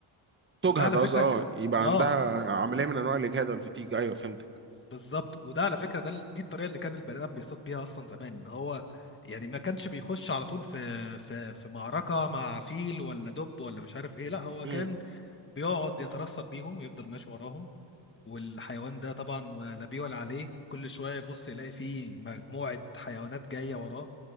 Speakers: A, on the right; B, on the left.
A: تجهد
B: وده على
A: قصدي
B: فكره
A: اه
B: كان
A: يبقى
B: اه
A: عندها عملية من انواع الاجهاد والفتيج ايوه فهمتك
B: بالظبط وده على فكره ده ال- دي الطريقه اللي كان البني ادم بيصطاد بيها اصلا زمان ان هو يعني ما كانش بيخش على طول في في في معركه مع فيل ولا دب ولا مش عارف ايه لا هو
A: امم
B: كان بيقعد يترصد بيهم يفضل ماشي وراهم والحيوان ده طبعا لا بيه ولا عليه كل شويه يبص يلاقي فيه مجموعه حيوانات جايه وراه